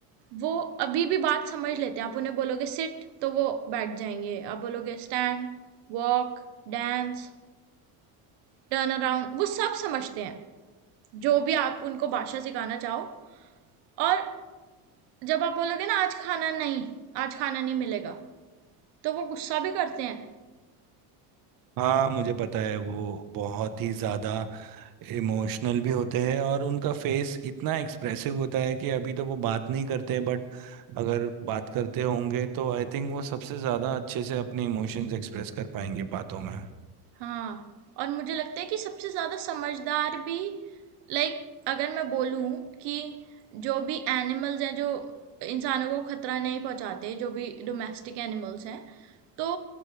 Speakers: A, on the right; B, on the right.
A: वो अभी भी बात समझ लेते हैं आप उन्हें बोलोगे सिट तो वो बैठ जाएंगे आप बोलोगे stand walk dance turn around वो सब समझते हैं जो भी आप उनको भाषा सिखाना चाहो और जब आप बोलोगे ना आज खाना नहीं, आज खाना नहीं मिलेगा, तो वो गुस्सा भी करते हैं।
B: हाँ मुझे पता है वो बहुत ही ज्यादा इमोशनल भी होते हैं और उनका फेस इतना एक्सप्रेसिव होता है कि अभी तो वो बात नहीं करते बट अगर बात करते होंगे तो आई थिंक वो सबसे ज्यादा अच्छे से अपने इमोशंस एक्सप्रेस कर पाएंगे बातों में
A: हाँ, और मुझे लगता है कि सबसे ज़्यादा समझदार भी लाइक अगर मैं बोलूँ कि जो भी एनिमल्स हैं जो इंसानों को खतरा नहीं पहुँचाते, जो भी डोमेस्टिक एनिमल्स हैं, तो